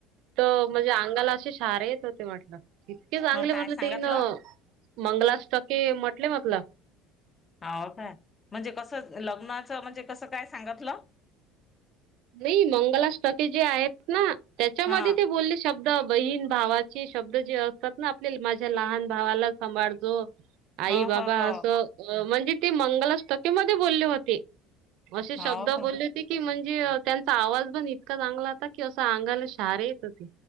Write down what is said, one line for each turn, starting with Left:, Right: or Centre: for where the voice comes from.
Right: तर म्हणजे अंगाला असे शहारी येत होते म्हटलं. इतके चांगले
Left: हा काय
Right: म्हटल
Left: सांगितलं
Right: तेन मंगलाष्टके म्हटले म्हटलं.
Left: हो काय म्हणजे कसं लग्नाचं म्हणजे कसं काय सांगितलं.
Right: नाही मंगलाष्टके जे आहेत ना त्याच्यामध्ये
Left: हा
Right: ते बोलले शब- - शब्द बहीण भावाचे शब्द जे असतात ना आपल्या माझ्या लहान भावाला सांभाळतो. आई
Left: हो
Right: बाबा
Left: हो हो
Right: असं म्हणजे ते मंगलाष्टकी मधे बोलले होते. अशीे
Left: हो
Right: शब्द
Left: का
Right: बोलले. की म्हणजे त्यांचा आवाज पण इतका चांगला होता की असं अंगाला शहारे येत होती.